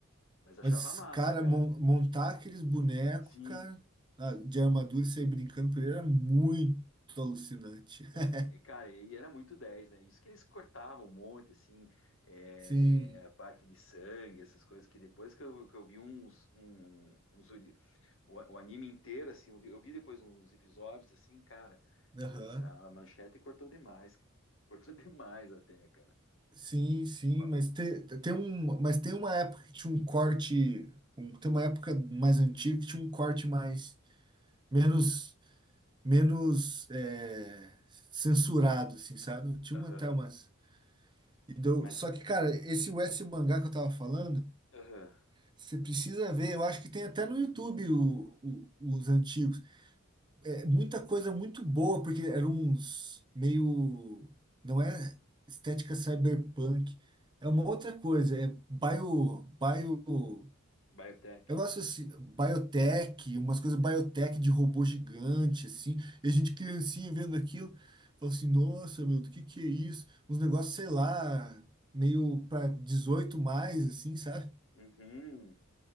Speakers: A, on the left; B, on the right.
A: Mas achava
B: Mas,
A: massa,
B: cara,
A: cara.
B: mon- montar aqueles bonecos,
A: Sim.
B: cara, ah, de armadura e sair brincando por ele era muito alucinante.
A: Cara,
B: <laughs>
A: e cara, e era muito dez né? Isso que eles cortavam um monte, assim, é,
B: Sim.
A: a parte de sangue, essas coisas, que depois que eu, que eu vi uns, um, uns ori- o, o anime inteiro, assim, eu vi, eu vi depois uns episódios, assim, cara, eles,
B: Aham.
A: a manchete cortou demais, cortou <laughs> demais até, cara.
B: Sim, sim,
A: Ma-
B: mas tem, tem um, mas tem uma época que tinha um corte, um- tem uma época mais antiga que tinha um corte mais menos menos é, censurado, assim, sabe? Tinha
A: Aham,
B: uma, até umas e deu,
A: mas,
B: só que cara, esse West Mangá que eu tava falando,
A: aham,
B: você precisa ver, eu acho que tem até no YouTube o- o- os antigos. é muita coisa muito boa, porque eram uns meio. Não é estética cyberpunk. É uma outra coisa. É bio. bio
A: Biotech.
B: eu gosto assim, biotech, umas coisas biotech de robô gigante, assim. E a gente criancinha vendo aquilo, fala assim: nossa, meu, do que que é isso? Uns negócios, sei lá, meio para 18 mais, assim, sabe?
A: Uhum.